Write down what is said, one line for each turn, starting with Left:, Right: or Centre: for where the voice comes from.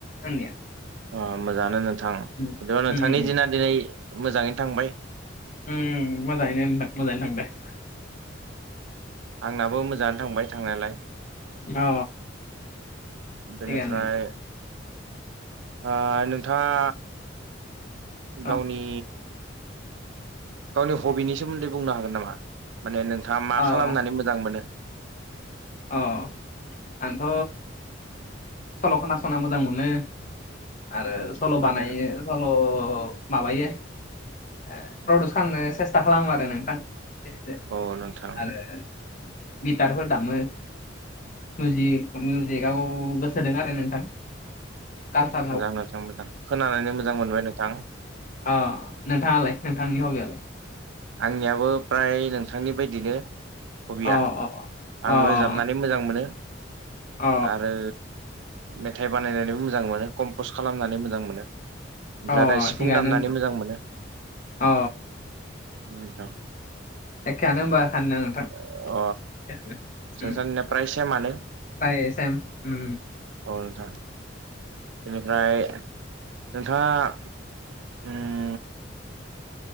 Left: आंनिया
Right: अ मोजाङानो नोंथां
Left: उम
Right: बिदिबा नोंथांनि
Left: उम
Right: दिना दिनै मोजाङैनो थांबाय
Left: उ मोजाङै नोंथां मोजाङैनो थां दो
Right: आंनाबो मोजाङानो थांबाय थांनायालाय।
Left: अ
Right: बेनिफ्राय
Left: थिगानो
Right: ओ नोंथाङा
Left: नों
Right: गावनि गावनि हबिनि सोमोन्दै बुंनो हागोन नामा माने नोंथाङा मा
Left: अ औ
Right: खालामनानै मोजां मोनो?
Left: अ आंथ' सल' खोनासंनो मोजां मोनो आरो
Right: औ
Left: सल' बानायो।
Right: आरो
Left: ल' माबायो ओ प्रडिउस खालामनो सेस्था खालामो आरो नोंथां। एसे एसे
Right: औ नोंथां
Left: आरो गिटारफोर दामो मिउजिक मिउजिकआव गोसो होदों आरो नोंथां। कालसाराव
Right: नंगौ नोंथां मोजां खोनानानैनो मोजां मोनबाय नोंथां।
Left: औ नोंथाङालाय नोंथांनि हबियालाय?
Right: आंनियाबो फ्राय नोंथांनि बायदिनो हबिया
Left: अ अ अ
Right: आं रोजाबनानै मोजां मोनो
Left: अ
Right: आरो मेथाइ बानायनानैबो मोजां मोनो कमपस खालामनानै मोजां मोनो। ओमफ्राय
Left: अ
Right: आरो सिफुं
Left: थिगानो
Right: दामनानै
Left: होमबा।
Right: मोजां मोनो।
Left: अ
Right: न द <unintelligible>
Left: एखेयानो होनबा सानैना नोंथां।
Right: अ
Left: एखेयानो
Right: जों
Left: उम
Right: सानैना प्राय सेमानो।
Left: फ्राय सेम उम
Right: औ नोंथां। बेनिफ्राय नोंथाङा ओम